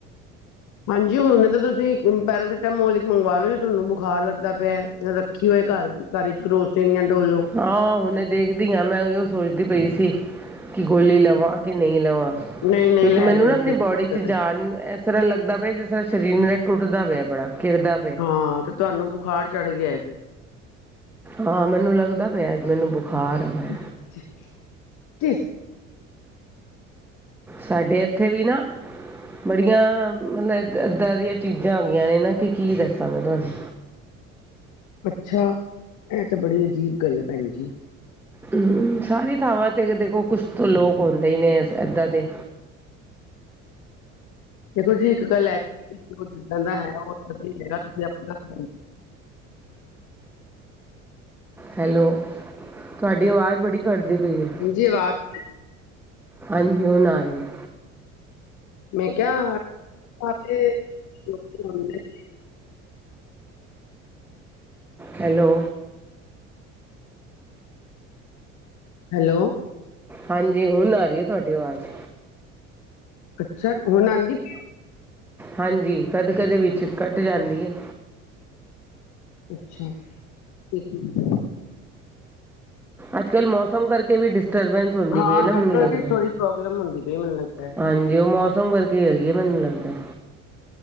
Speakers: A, on the left (about 45°); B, in the centre.
A: ਹਾਂਜੀ, ਹੁਣ ਤਾਂ ਤੁਸੀਂ ਪੈਰਾਸਟਾਮੋਲ ਇੱਕ ਮੰਗਵਾ ਲਓ ਜੇ ਤੁਹਾਨੂੰ ਬੁਖਾਰ ਲੱਗਦਾ ਪਿਆ। ਰਖੀ ਹੋਏ, ਘਰ-ਘਰ ਚ ਕਰੋਸੀਨ ਜਾਂ ਡੋਲੋ,
B: ਹਾਂ ਹੁਣੇ ਦੇਖਦੀ ਹਾਂ, ਮੈਂ ਉਹ ਸੋਚਦੀ ਪਈ ਸੀ, ਕਿ ਗੋਲੀ ਲਵਾਂ ਕਿ ਨਹੀਂ ਲਵਾਂ।
A: ਨਹੀਂ ਨਹੀਂ
B: ਕਿਉਂਕਿ
A: ਲੈ
B: ਮੈਨੂੰ
A: ਲਓ
B: ਨਾ
A: ਇੱਜ਼ਤ
B: ਆਪਣੀ ਬੋਡੀ
A: ਦਿੱਕਤ
B: ਚ
A: ਹੈ
B: ਜਾਨ, ਤਰ੍ਹਾਂ ਲੱਗਦਾ ਪਿਆ, ਜਿਸ ਤਰ੍ਹਾਂ ਸਰੀਰ ਮੇਰਾ ਟੁੱਟਦਾ ਪਿਆ, ਬੜਾ ਗਿਰਦਾ
A: ਹਾਂ ਤੇ ਤੁਹਾਨੂੰ ਬੁਖਾਰ ਚੜ੍ਹ ਗਿਆ ਫਿਰ,
B: ਹਾਂ ਮੈਨੂੰ ਲੱਗਦਾ ਪਿਆ, ਅੱਜ ਮੈਨੂੰ ਬੁਖਾਰ ਆ ਵਾ,
A: ਅੱਛਾ ਜੀ, <unintelligible>
B: ਸਾਡੇ ਇੱਥੇ ਵੀ ਨਾ, ਬੜੀਆਂ ਮਤਲਬ ਏਦਾਂ ਦੀਆਂ ਚੀਜ਼ਾਂ ਆ ਗਈਆਂ ਨੇ, ਨਾ ਕਿ ਕੀ ਦੱਸਾਂ ਮੈਂ ਤੁਹਾਨੂੰ
A: ਅੱਛਾ ਇਹ ਤਾਂ ਬੜੀ ਅਜੀਬ ਗੱਲ ਹੈ ਭੈਣ ਜੀ।
B: ਹੂੰ, ਸਾਰੀ ਥਾਵਾਂ ਤੇ ਦੇਖੋ ਕੁਛ ਲੋਕ ਹੁੰਦੇ ਹੀ ਨੇ ਏਦਾਂ ਦੇ,
A: ਦੇਖੋ ਜੀ ਇੱਕ ਗੱਲ ਹੈ, ਜਿੱਦਾਂ ਦਾ ਹੈ ਉਹ ਉਦਾਂ ਦਾ ਹੀ ਹੈਗਾ ਤੁਸੀਂ ਆਪਾਂ ਦੱਸ
B: ਹੈਲੋ, ਤੁਹਾਡੀ ਆਵਾਜ਼ ਬੜੀ ਕਟ ਦੀ ਪਈ ਹੈ।
A: ਹਾਂਜੀ ਅਵਾਜ਼,
B: ਹਾਂਜੀ, ਹੁਣ ਆ ਰਹੀ ਹੈ।
A: ਮੈਂ ਕਿਆ <unintelligible>
B: ਹੈਲੋ।
A: ਹੈਲੋ।
B: ਹਾਂਜੀ ਹੁਣ ਆ ਰਹੀ ਹੈ, ਤੁਹਾਡੀ ਆਵਾਜ਼
A: ਅੱਛਾ, ਹੁਣ ਆਉਂਦੀ ਪਈ।
B: ਹਾਂਜੀ, ਕਦੇ ਕਦੇ ਵਿੱਚ ਕੱਟ ਜਾਂਦੀ ਹੈ।
A: ਅੱਛਾ ਇੱਕ ਮਿੰਟ,
B: ਅੱਜ-ਕੱਲ੍ਹ ਮੌਸਮ ਕਰਕੇ ਵੀ ਡਿਸਟਰਬੈਂਸ, ਹੁੰਦੀ
A: ਹਾਂ
B: ਪਈ ਹੈ, ਨਾ
A: ਨੈਟਵਰਕ
B: ਮੈਨੂੰ ਲੱਗਦਾ
A: ਦੀ ਥੋੜੀ ਪ੍ਰੋਬਲਮ ਹੁੰਦੀ ਪਈ ਮੈਨੂੰ ਲੱਗਦਾ
B: ਹਾਂਜੀ ਉਹ ਮੌਸਮ ਕਰਕੇਂ ਹੋਈਏ ਮੈਨੂੰ ਲੱਗਦਾ।